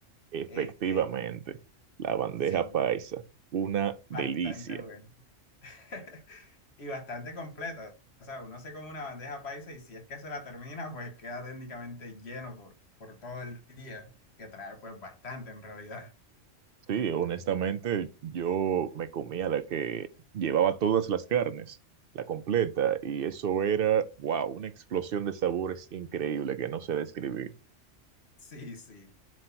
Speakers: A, on the right (about 55°); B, on the left (about 60°).
A: Efectivamente,
B: este,
A: la bandeja
B: sí,
A: paisa, una
B: bastante
A: delicia.
B: bueno. <laughs> y bastante completa. O sea, uno se como una bandeja paisa y si es que se la termina, pues queda técnicamente lleno por, por todo el día, que trae pues bastante en realidad.
A: Sí, honestamente, yo me comía la que llevaba todas las carnes, la completa, y eso era, wow, una explosión de sabores increíble que no sé describir.
B: <laughs> Sí, sí.